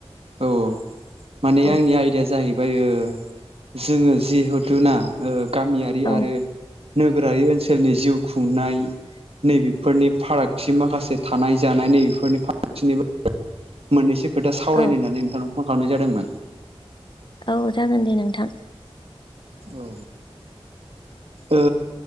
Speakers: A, on the right; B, on the left.
A: औ माने
B: औ
A: आंनि आयदाया जाय बाय ओ जोङो जिहेथुना गामियारि
B: औ
A: आरो नोगोरारि ओनसोलनि जिउ खुंनाय। नैबेफोरनि फारागथि माखासे थानाय जानाय नैबेफोरनि फारागथिनिबो मोननैसो खोथा सावरायनो
B: औ
A: होननानै नोंथांनाव फन खालामनाय जादोंमोन।
B: औ जागोन दे नोंथां।
A: औ। ओ